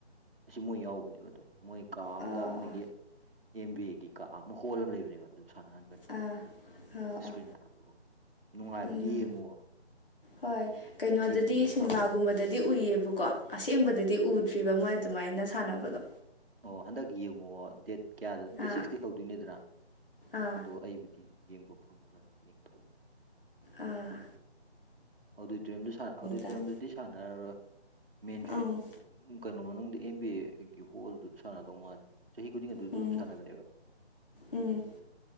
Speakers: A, on the right (about 55°); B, on the left (about 55°).
A: ꯑꯁꯤ ꯃꯣꯏ ꯌꯥꯎꯕꯅꯦꯕ ꯑꯗꯣ ꯃꯣꯏ ꯀꯥ ꯑꯝꯗ
B: ꯑꯥ
A: ꯃꯣꯏꯒꯤ ꯑꯦꯝ ꯕꯤ ꯑꯦꯒꯤ ꯀꯥ ꯑꯃ ꯍꯣꯜ ꯑꯃ ꯂꯩꯕꯅꯦꯕ ꯑꯗꯨ ꯁꯥꯟꯅꯍꯟꯕꯅꯤ
B: ꯑꯥ ꯑꯥ ꯑꯣ
A: ꯏꯁꯀ꯭ꯔꯤꯟ ꯊꯥꯗꯣꯛꯑꯒ ꯅꯨꯡꯉꯥꯏꯕꯗꯤ
B: ꯎꯝ
A: ꯌꯦꯡꯉꯣ
B: ꯍꯣꯏ ꯀꯩꯅꯣꯗꯗꯤ
A: ꯑꯩꯕꯨꯗꯤ ꯌꯦꯡ
B: ꯁꯤꯟꯃꯥꯒꯨꯝꯕꯗꯗꯤ
A: ꯐꯪꯉꯔꯣꯏ
B: ꯎꯏꯌꯦꯕꯀꯣ ꯑꯁꯦꯡꯕꯗꯗꯤ
A: ꯎꯝ
B: ꯎꯗ꯭ꯔꯤꯕ ꯃꯣꯏ ꯑꯗꯨꯃꯥꯏꯅ ꯁꯥꯟꯅꯕꯗꯣ
A: ꯑꯣ ꯍꯟꯗꯛ ꯌꯦꯡꯉꯨꯋꯣ ꯗꯦꯠ ꯀꯌꯥꯗ ꯗꯦꯠ
B: ꯑꯥ
A: ꯁꯤꯛꯁꯇꯩ ꯍꯧꯗꯣꯏꯅꯦꯗꯅ
B: ꯑꯥ
A: ꯑꯗꯣ ꯑꯩꯕꯨꯗꯤ ꯌꯦꯡꯕ ꯐꯪꯉꯔꯣꯢ ꯌꯦꯡꯊꯣꯛꯎ
B: ꯑꯥꯑ
A: ꯑꯣꯗꯤꯇꯔꯤꯌꯝꯗ ꯁꯥꯟ ꯑꯣꯗꯤꯇꯔꯤꯌꯝꯗꯗꯤ
B: ꯇꯥꯔꯦ
A: ꯁꯥꯟꯅꯔꯔꯣꯢ ꯃꯦꯟ
B: ꯎꯝ
A: ꯐꯤꯠ ꯎꯪ ꯀꯩꯅꯣ ꯃꯅꯨꯡꯗ ꯑꯦꯝ ꯕꯤ ꯑꯦꯒꯤ ꯍꯣꯜꯗꯨꯗ ꯁꯥꯟꯅꯗꯧ ꯃꯥꯜꯂꯦ ꯆꯍꯤ ꯈꯨꯗꯤꯡꯒꯤ ꯑꯗꯨꯗ
B: ꯎꯝ
A: ꯑꯗꯨꯝ ꯁꯥꯟꯅꯕꯅꯦꯕ
B: ꯎꯝ